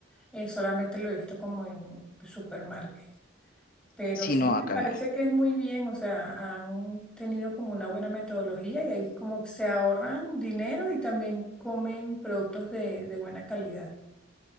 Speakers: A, in the centre; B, on the left.
A: eh, solamente lo he visto como en supermarket. Pero
B: Sí,
A: sí
B: no,
A: me
B: acá
A: parece
B: no.
A: que es muy bien, o sea, han tenido como una buena metodología y ahí como se ahorran dinero y también comen productos de, de buena calidad.